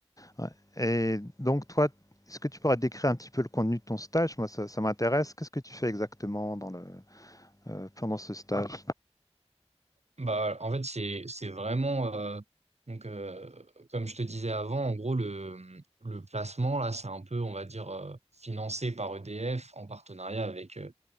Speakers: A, on the left; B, on the right.
A: Ouais. Et donc toi, est-ce que tu pourrais décrire un petit peu le contenu de ton stage? Moi, ça, ça m'intéresse. Qu'est-ce que tu fais exactement dans le, euh, pendant ce stage?
B: Bah, en fait, c'est, c'est vraiment. euh, donc, euh, comme je te disais avant, en gros, le, le placement là, c'est un peu, on va dire, euh, financé par EDF en partenariat avec euh,